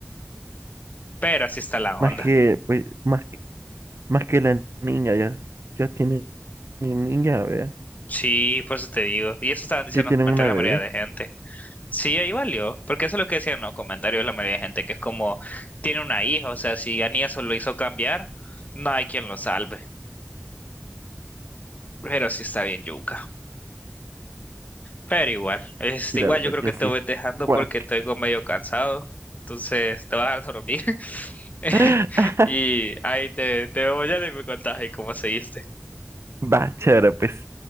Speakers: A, on the left; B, on the right.
A: pero así está la onda.
B: Más que, pues, más Más que la niña, ya, ya tiene niña, vea.
A: Sí, por eso te digo, y eso estaban diciendo
B: Ya tienen
A: en los comentarios
B: una bebé.
A: la mayoría de gente. Sí, ahí valió, porque eso es lo que decían en los comentarios la mayoría de gente, que es como, tiene una hija, o sea, si Anies lo hizo cambiar, no hay quien lo salve, pero sí está bien yuca. Pero igual, este,
B: Sí, la
A: igual
B: verdad
A: yo creo
B: que
A: que te
B: sí.
A: voy dejando
B: Bueno.
A: porque estoy como medio cansado. Entonces te vas a dormir. <laughs>
B: <laughs>
A: Y ahí te, te veo ya y me contás ahí cómo seguiste.
B: Va, chévere, pues.